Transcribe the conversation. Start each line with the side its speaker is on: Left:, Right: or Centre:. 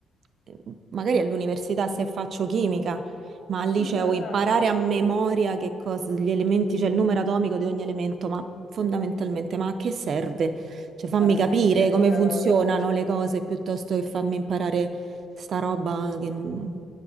Right: eh, magari all'università se faccio chimica, ma al
Left: sì,
Right: liceo
Left: no, esatto.
Right: imparare a memoria che cosa, gli elementi, cioè il numero atomico di ogni elemento, ma fondamentalmente, ma a che serve? Cioè, fammi
Left: Guarda,
Right: capire
Left: stessa identica
Right: come funzionano
Left: cosa.
Right: le cose piuttosto che farmi imparare sta roba che, non-